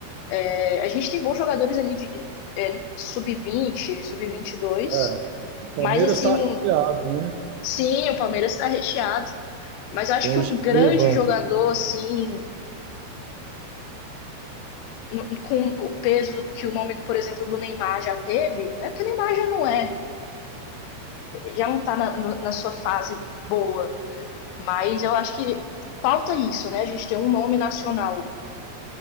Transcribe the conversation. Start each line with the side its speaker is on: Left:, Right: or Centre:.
Left: É, a gente tem bons jogadores ali de é, sub vinte sub vinte e dois
Right: É, o Palmeiras
Left: mas assim,
Right: está
Left: um,
Right: chateado, né?
Left: sim, o Palmeiras está recheado, mas acho
Right: Tem
Left: que
Right: o
Left: um
Right: Estevão.
Left: grande jogador, assim, no, com o peso que o nome, do, por exemplo, do Neymar já teve, né? Porque o Neymar já não é, já não está na, no, na sua fase boa, mas eu acho que falta isso, né? A gente tem um nome nacional.